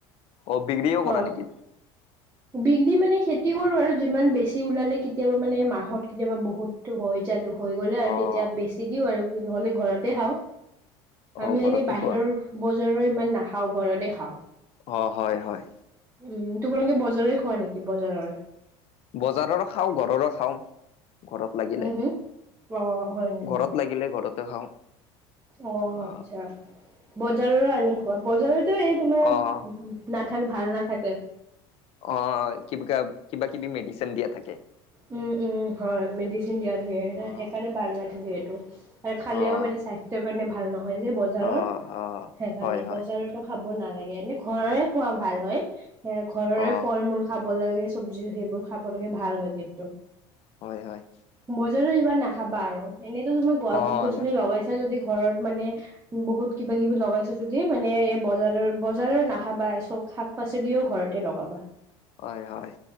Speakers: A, on the left (about 50°); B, on the right (about 20°).
A: অঁ বিক্ৰীও
B: অ
A: কৰা নেকি?
B: বিক্ৰী মানে খেতি
A: অ'
B: কৰো আৰু যিমান বেছি- বেছিকে ওলালে কেতিয়াবা মানে মাহত কেতিয়াবা বহুত হৈ যা হৈ গ'লে আৰু
A: অ'
B: তেতিয়া বেছি দিওঁ আৰু। নহলে ঘৰতে
A: অ'
B: খাওঁ
A: অ'
B: আমি
A: ঘৰতে
B: এনেই বাহিৰৰ-
A: খোৱা।
B: বজাৰৰ ইমান নাখাওঁ ঘৰতে খাওঁ।
A: অঁ হঁয় হয়ঁ।
B: উমঁ তোমালোকে বজাৰ খোৱা নেকি বজাৰৰ।
A: বজাৰৰ খাওঁ ঘৰৰো খাওঁ। ঘৰত লাগিলে
B: হুম হুম অ হয় নেকি
A: ঘৰত লাগিলে ঘৰতে খাওঁ।
B: অঁ
A: অ'
B: আচ্ছা বজাৰৰো আনি খাৱা বজাৰতো এই তোমাৰ-
A: অ'
B: নাথাক ভাল নাথাকে।
A: অঁ কিব কা কিবা কিবি মেডিচিন দিয়া থাকে।
B: উমঁ উমঁ হঁয় মেডিচিন দিয়া থাকে
A: অ'
B: সেইকাৰণে ভাল নাথাকে সেইটো। আৰু খালেও
A: অ'
B: মানে স্বাস্থ্যৰ কাৰণে ভাল নহয় যে বজাৰৰ
A: অ' অ'
B: সেইকাৰণে
A: হয় হয়
B: বজাৰত। এতো খাব নালাগে এনেই ঘৰৰ খোৱা ভাল হয় ঘৰৰে
A: অ'
B: ফল মূল। খাব লাগে চব্জি সেইবোৰ খাব লাগে ভাল হয় কিন্তু।
A: হয়ঁ হয়ঁ।
B: বজাৰৰ এইবাৰ নাখাবা আৰু এনেতো তুমাৰ গছ
A: অ'
B: গছনি লগাইছা যদি- ঘৰত মানে বহুত কিবা কিবি লগাইছো যদি মানে এই বজাৰৰ বজাৰৰ না খাবা চব শাক পাচলিও ঘৰতে লগাবা।
A: হয়ঁ হয়ঁ